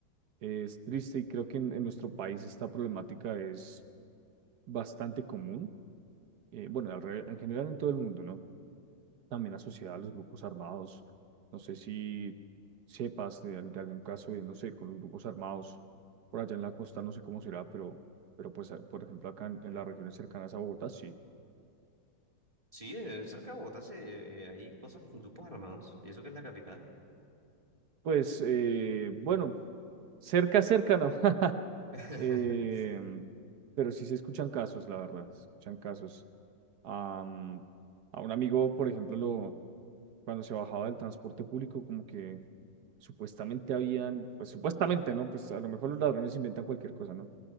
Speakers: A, on the right; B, on the right.
A: es triste y creo que en, en nuestro país esta problemática es bastante común. eh, bueno, alre- en general en todo el mundo, ¿no? También asociada a los grupos armados. No sé si sepas de, al- de algún caso de, no sé, con los grupos armados por allá en la costa, no sé cómo será, pero, pero
B: Uh,
A: pues, a- por ejemplo, acá en,
B: Bueno.
A: en las regiones cercanas a Bogotá, sí.
B: Sí, eh, cerca de Bogotá sí, eh, eh, hay cosas con grupos armados, y eso que es la capital.
A: Pues, eh, bueno, cerca, cerca, no.
B: <laughs>
A: Eh, pero sí se escuchan casos, la verdad, se escuchan casos. Am, a un amigo, por ejemplo, lo, cuando se bajaba del transporte público, como que supuestamente habían, pues supuestamente, ¿no? Pues a lo mejor los ladrones inventan cualquier cosa, ¿no?